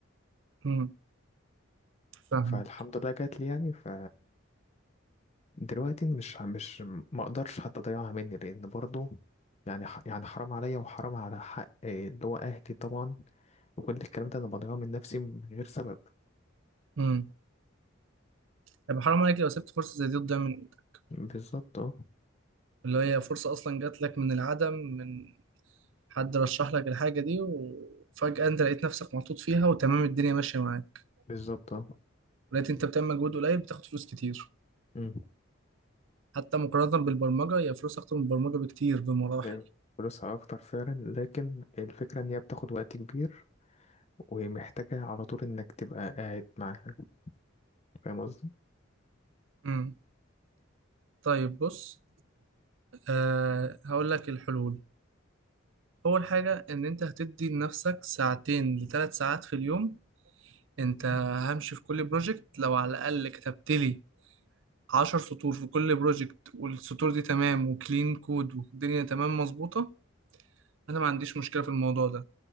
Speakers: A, on the right; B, on the left.
A: امم فاهم
B: فالحمد لله جات لي يعني ف دلوقتي مش مش ما اقدرش حتى اضيعها مني لان برضو يعني ح- يعني حرام عليا وحرام على حق اللي هو اهلي طبعا وكل الكلام ده انا بضيعه من نفسي من غير سبب
A: امم طب حرام عليك لو سبت فرصه زي دي تضيع من ايدك
B: بالظبط اه
A: اللي هي فرصه اصلا جات لك من العدم من حد رشح لك الحاجه دي وفجاه انت لقيت نفسك محطوط فيها وتمام الدنيا ماشيه معاك
B: بالظبط اه
A: لقيت انت بتعمل مجهود قليل بتاخد فلوس كتير
B: أمم،
A: حتى مقارنة بالبرمجة هي فلوس أكتر من البرمجة بكتير بمراحل
B: أيوة. فلوسها اكتر فعلا لكن الفكرة ان هي بتاخد وقت كبير ومحتاجة على طول انك تبقى قاعد معاها فاهم قصدي؟
A: امم طيب بص أه هقول لك الحلول أول حاجة إن أنت هتدي لنفسك ساعتين لثلاث ساعات في اليوم أنت
B: أمم.
A: همشي في كل بروجكت لو على الأقل كتبت لي عشر سطور في كل بروجكت والسطور دي تمام وكلين كود والدنيا تمام مظبوطة أنا ما عنديش مشكلة في الموضوع ده